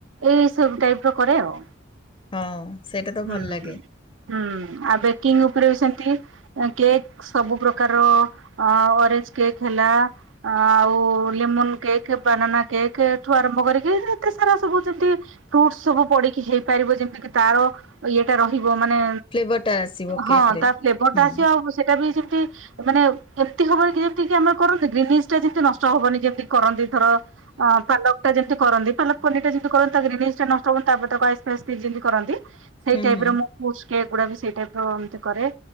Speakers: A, on the right (about 80°); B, on the left (about 25°).
A: ଏଇ ସବୁ ଟାଇପ ର କରେ ଆଉ।
B: ହଁ, ସେଇଟା ତ
A: ହୁଁ
B: ଭଲ୍ ଲାଗେ।
A: ହୁଁ, ଆଉ ବେକିଂ ଉପରେ ବି ସେମତି କେକ୍ ସବୁପ୍ରକ୍ କାର ଆଉ ଅରେଜ୍ କେକ୍ ହେଲା ଆଉ ଲେମୋନ୍ କେକ୍, ବାନାନା କେକ୍, ଏଠୁ ଆରମ୍ଭ କରିକି ଏତେ ସାରା ସବୁ ଯେମତି ଫ୍ରୁଟ୍ସ୍ ସବୁ ପଡିକି ହେଇପାରିବ ଯେମତି କି ତାର ଇଏଟା ରହିବ ମାନେ
B: ଫ୍ଲେଭର ଟା ଆସିବ କେକ୍
A: ହଁ
B: ରେ।
A: ତା ଫ୍ଲେଭର୍
B: ହୁଁ
A: ଟା ଆସିବ,
B: ହୁଁ
A: ଆଉ ସେଟା ବି ଯିମ୍ତି ମାନେ ଏମ୍ତି ହବନି କି ଯେମତିକି ଆମର କରନ୍ତି ଗ୍ରିନିସ୍ ଟା ଯେମିତି ନଷ୍ଟ ହବନି ଯେମତି କରନ୍ତି ଥର ଆ <unintelligible> ଯେମିତି କରନ୍ତି ପାଲକ୍ ପନିର୍ ଟା ଯେମତି କରନ୍ତି ତା ଗ୍ରିନିସ୍ ଟା ନଷ୍ଟ ହବନି ତାପରେ ତାକୁ ଆଇସ୍ ଫାଇସ୍ ଯେମ୍ତି କରନ୍ତି ସେଇ
B: ହୁଁ
A: ଟାଇପ
B: ହୁଁ
A: ର ମୁଁ ଫ୍ରୁଟ୍ସ୍ କେକ୍ ଗୁଡା ବି ସେଇ ଟାଇପ ର ଏମ୍ତି କରେ